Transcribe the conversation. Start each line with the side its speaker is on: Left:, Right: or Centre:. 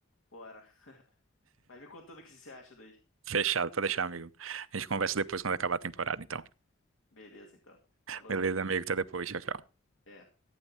Left: bora. Vai me contando o que você acha daí.
Right: Fechado, pode deixar, amigo. A gente conversa depois quando acabar a temporada, então.
Left: Beleza, então. Falou.
Right: Beleza, amigo, até depois, tchau, tchau.
Left: É.